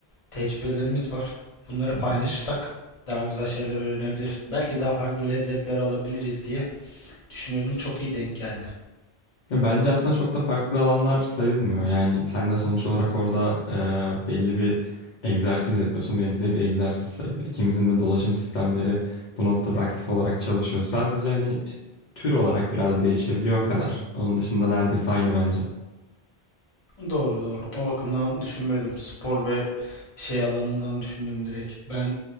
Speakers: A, on the left; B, on the left.
A: tecrübelerimiz var. Bunları
B: Hı
A: paylaşırsak
B: hı.
A: daha güzel şeyler öğrenebilir. Belki daha farklı lezzetler alabiliriz diye düşünüyordum. Çok iyi denk geldi.
B: Ya bence aslında çok da farklı alanlar sayılmıyor. Yani sen de sonuç olarak orada e, belli bir egzersiz yapıyorsun. Benimki de bir egzersiz sayılır. İkimizin de dolaşım sistemleri bu noktada aktif olarak çalışıyor. Sadece hani tür olarak biraz değişebiliyor o kadar. Onun dışında neredeyse aynı bence.
A: Doğru doğru. O bakımdan düşünmedim. Spor ve şey alanından düşündüm direkt. Ben